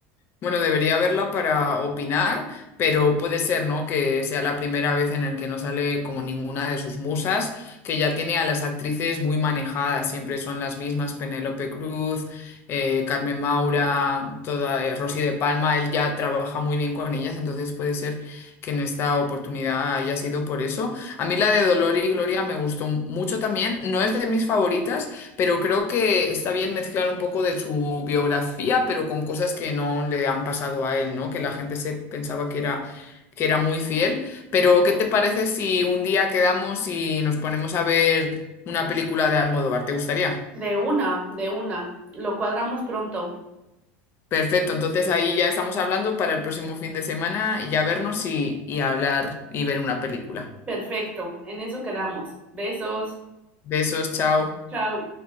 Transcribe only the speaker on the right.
De una, de una. Lo cuadramos pronto.
Perfecto. En eso quedamos. Besos.
Chao.